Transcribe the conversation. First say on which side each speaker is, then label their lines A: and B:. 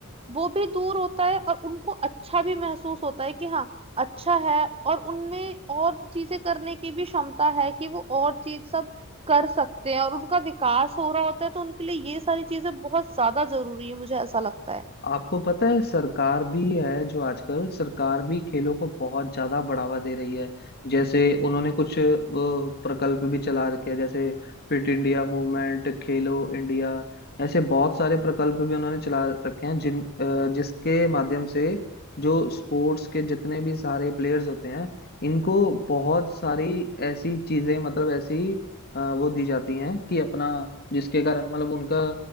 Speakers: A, on the right; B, on the left.
A: वो भी दूर होता है और उनको अच्छा भी महसूस होता है कि हाँ अच्छा है और उनमें और चीजें करने की भी क्षमता है कि वो और चीज सब कर सकते हैं और उनका विकास हो रहा होता है तो उनके लिए ये सारी चीजें बहुत ज्यादा जरूरी है मुझे ऐसा लगता है
B: आपको पता है सरकार भी है जो आजकल सरकार भी खेलों को बहुत ज्यादा बढ़ावा दे रही है जैसे उन्होंने कुछ वो प्रकल्प भी चला रखे हैं जैसे fit India movement Khelo India ऐसे बहुत सारे प्रकल्प भी उन्होंने चला रखे हैं जिन अ, जिसके माध्यम से जो स्पोर्ट्स के जितने भी सारे प्लेयर्स होते हैं इनको बहुत सारी ऐसी चीजें मतलब ऐसी अ, वो दी जाती हैं कि अपना जिसके कारण मतलब उनका